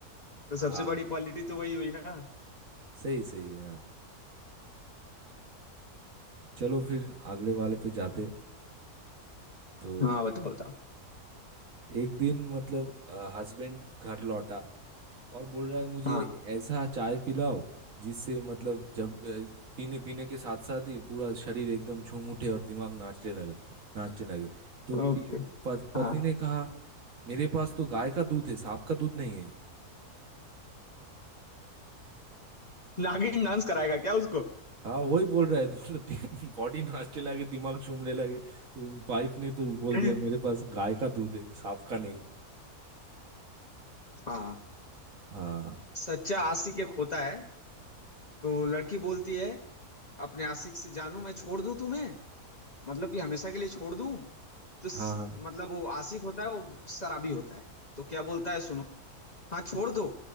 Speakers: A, on the left; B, on the right.
A: तो
B: हाँ
A: सबसे बड़ी क्वालिटी तो वही हुई ना
B: सही सही है हाँ चलो फिर अगले वाले पे जाते तो
A: हाँ बताओ बताओ
B: एक दिन मतलब हस्बैंड घर लौटा और बोल रहा है मुझे
A: हाँ
B: ऐसा चाय पिलाओ जिससे मतलब जब अ, पीने पीने के साथ साथ ही पूरा शरीर एकदम झूम उठे और दिमाग नाचने लगा नाचने लगे तो पी,
A: ओके
B: पत, पत्नी
A: हाँ
B: ने कहा मेरे पास तो गाय का दूध है सांप का दूध नहीं है
A: नागिन डांस कराएगा क्या उसको
B: हाँ वही बोल रहा है <laughs> मतलब बॉडी नाचने लगे दिमाग झूमने लगे तो वाइफ ने तो बोल
A: <laughs>
B: दिया मेरे पास गाय का दूध है सांप का नहीं
A: हाँ
B: हाँ
A: सच्चा आशिक एक होता है तो लड़की बोलती है अपने आशिक से जानू मैं छोड़ दूं तुम्हें मतलब कि हमेशा के लिए छोड़ दूं तो स,
B: हाँ
A: मतलब वो आशिक होता है वो शराबी होता है तो क्या बोलता है सुनो हाँ छोड़ दो